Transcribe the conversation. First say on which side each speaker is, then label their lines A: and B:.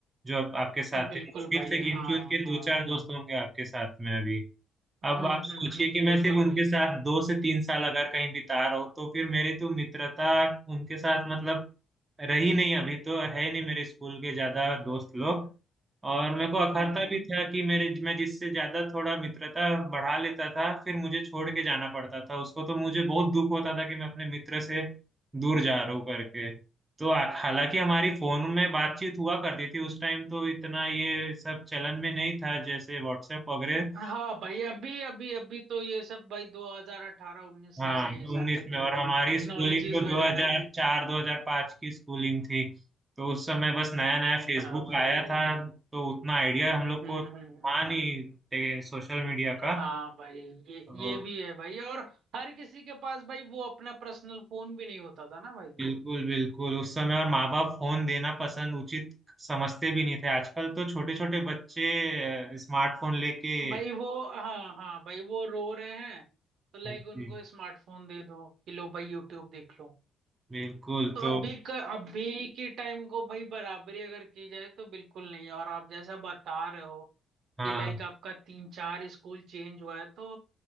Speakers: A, on the right; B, on the right.
A: जो अब आपके साथ
B: बिल्कुल
A: थे मुश्किल
B: भाई
A: से गिन
B: हाँ
A: चुन के
B: हाँ
A: दो चार दोस्त
B: हाँ
A: होंगे आपके साथ में अभी
B: हम्म
A: अब आप सोचिए
B: हम्म हम्म,
A: कि
B: बिल्कुल
A: मैं सिर्फ उनके
B: भाई
A: साथ दो से तीन साल अगर कहीं बिता रहा हूँ तो फिर मेरी तो मित्रता उनके साथ मतलब रही नहीं अभी तो है ही नहीं मेरे स्कूल के ज्यादा दोस्त लोग और मेरे को अखरता
B: हम्म हम्म
A: भी था कि मेरे मैं जिससे ज्यादा थोड़ा मित्रता बढ़ा लेता था फिर मुझे छोड़ के जाना पड़ता था उसको तो मुझे बहुत दुख होता था कि मैं अपने मित्र से दूर जा रहा हूँ करके तो आ- हालांकि हमारी फोन में बातचीत हुआ करती थी उस टाइम तो इतना ये सब चलन में नहीं था जैसे व्हाट्सएप वगैरह
B: हाँ भाई अभी अभी अभी तो ये सब भाई 2018 19 से
A: हाँ
B: आया है, ये सारी
A: 19
B: जितने
A: में और
B: भी टेक्नोलॉजीज
A: हमारी स्कूलिंग तो
B: वगैरह
A: 2004 2005 की स्कूलिंग थी तो उस समय बस नया नया
B: अच्छा
A: फेसबुक
B: भाई
A: आया था तो उतना आइडिया हम लोग
B: हम्म
A: को था
B: हम्म हम्म
A: नहीं सोशल मीडिया का
B: हाँ भाई ये
A: तो
B: ये भी है भाई और हर किसी के पास भाई वो अपना पर्सनल फोन भी नहीं होता था ना भाई
A: बिल्कुल बिल्कुल उस समय और माँ बाप फोन देना पसंद उचित समझते भी नहीं थे आजकल तो छोटे छोटे बच्चे स्मार्टफोन लेके
B: भाई वो हाँ हाँ भाई वो रो रहे हैं तो लाइक
A: जी,
B: उनको स्मार्टफोन दे दो कि लो भाई यूट्यूब देख लो
A: बिल्कुल
B: तो
A: तो
B: अभी क, अभी के टाइम को भाई बराबरी अगर की जाए तो बिल्कुल नहीं है और आप जैसा बता रहे हो
A: हाँ
B: कि लाइक आपका तीन चार स्कूल चेंज हुआ है तो